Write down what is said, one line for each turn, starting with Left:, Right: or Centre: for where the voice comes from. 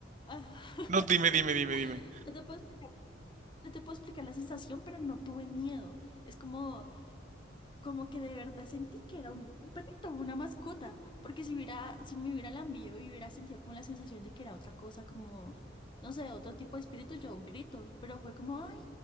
Left: Ah, <laughs>
Right: No, dime, dime, dime, dime.
Left: no te puedo explicar, no te puedo explicar la sensación, pero no tuve miedo. Es como como que de verdad sentí que era un, un perrito, una mascota, porque si hubiera, si me hubiera lambido y hubiera sentido como la sensación de que era otra cosa, como, no sé, otro tipo de espíritu, yo grito, pero fue como, ay,